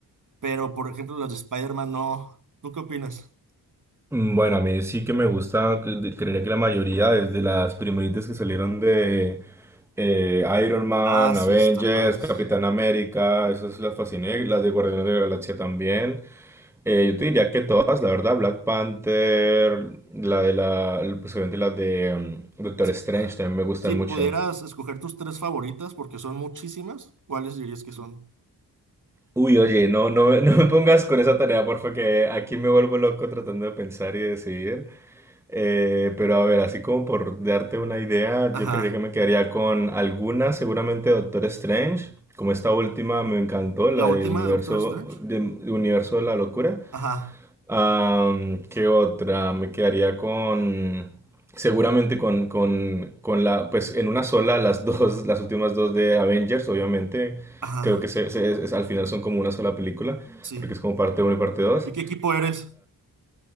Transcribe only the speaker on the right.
pero por ejemplo las de Spider-Man no. ¿Tú qué opinas?
Ah, sí,
está padres.
Si,
si pudieras
escoger tus tres favoritas, porque son muchísimas, ¿cuáles dirías que son?
Ajá.
La última
de Doctor Strange.
Ajá.
Ajá.
Sí.
¿Y qué equipo eres?